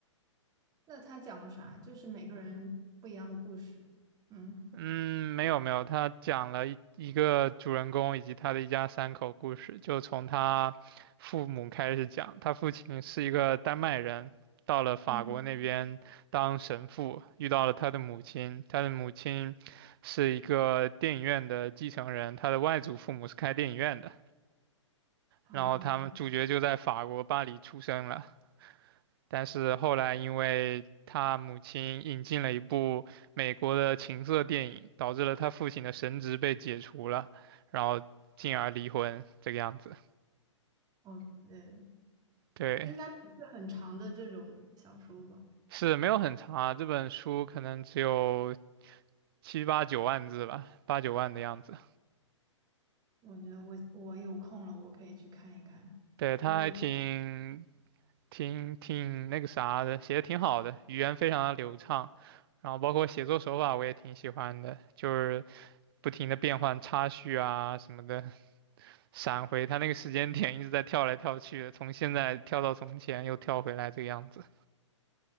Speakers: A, on the right; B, on the right.
A: 那它讲了啥？就是每个人不一样的故事。嗯
B: 嗯，没有没有，他讲了一一个主人公以及他的一家三口故事，就从他父母开始讲。他父亲是一个丹麦人，到了法国那边当神父，
A: 嗯
B: 遇到了他的母亲。他的母亲是一个电影院的继承人，他的外祖父母是开电影院的。
A: 啊，
B: 然后他们主角就在法国巴黎出生了。但是后来因为他母亲引进了一部美国的情色电影，导致了他父亲的神职被解除了，然后进而离婚这个样子。
A: 哦，呃，
B: 对，
A: 应该不是很长的这种小说吧？
B: 是没有很长啊，这本书可能只有七八九万字吧，八九万的样子。
A: 我觉得我我有空了，我可以去看一看，
B: 对，他还挺
A: 因为我
B: 挺挺那个啥的，写的挺好的，语言非常的流畅，然后包括写作手法我也挺喜欢的，就是不停的变换插叙啊什么的。闪回，他那个时间点一直在跳来跳去的，从现在跳到从前，又跳回来这个样子。